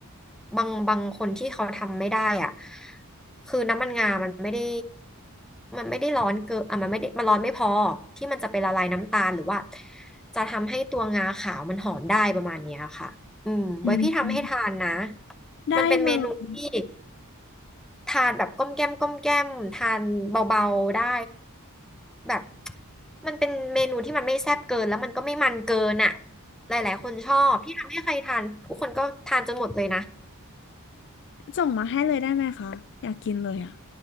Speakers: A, in the centre; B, on the left (about 55°).
A: บางบางคนที่เขาทำไม่ได้อ่ะคือน้ำมันงามันไม่ได้มันไม่ได้ร้อนเกินอ่ะมันไม่ได้มันร้อนไม่พอที่มันจะไปละลายน้ำตาลหรือว่าจะทำให้ตัวงาขาวมันหอมได้ประมาณเนี้ยค่ะอืมไว้พี่ทำให้ทานนะ
B: อืมมได้เลย
A: มันเป็นเมนูที่ ทานแบบก้อมแก้มก้อมแก้มทานเบาๆได้แบบมันเป็นเมนูที่มันไม่แซ่บเกินแล้วมันก็ไม่มันเกินอ่ะหลายๆคนชอบพี่ทำให้ใครทานทุกคนก็ทานจนหมดเลยนะ
B: ส่งมาให้เลยได้ไหมคะอยากกินเลยอ่ะ